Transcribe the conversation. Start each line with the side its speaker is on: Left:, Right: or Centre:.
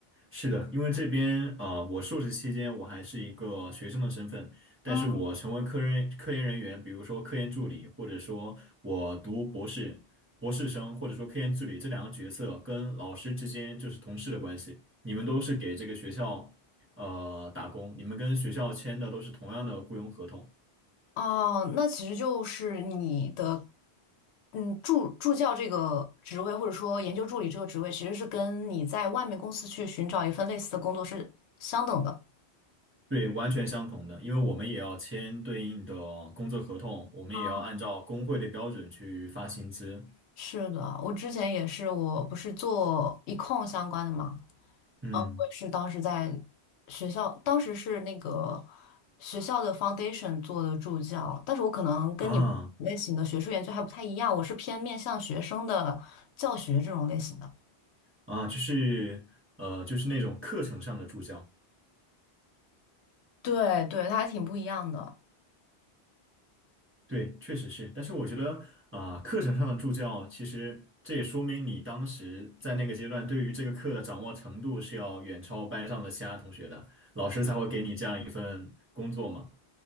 Right: 是的，因为这边啊、呃我硕士期间我还是一个学生的身份，但是我成为科研科研人员，
Left: 嗯。
Right: 比如说科研助理，或者说我读博士、博士生，或者说科研助理这两个角色跟老师之间就是同事的关系，你们都是给这个学校呃打工，你们跟学校签的都是同样的雇佣合同，
Left: 哦，那其实就是你的，嗯，助助教这个职位，或者说研究助理这个职位，其实是跟你在外面公司去寻找一份类似的工作是相等的。
Right: 对，完全相同的，因为我们也要签对应的工作合同，我们也要按照工会的标准去发薪资，
Left: 啊。是的，我之前也是，我不是做 econ 相关的嘛，
Right: 嗯
Left: 呃，我也是当时在学校，当时是那个学校的 foundation 做的助教，但是我可能跟你们类型的学术研究还不太一样，
Right: 啊。
Left: 我是偏面向学生的教学这种类型的。
Right: 啊，就是呃，就是那种课程上的助教，
Left: 对对，他还挺不一样的。
Right: 对，确实是。但是我觉得啊，课程上的助教，其实这也说明你当时在那个阶段对于这个课的掌握程度是要远超班上的其他同学的，老师才会给你这样一份工作嘛。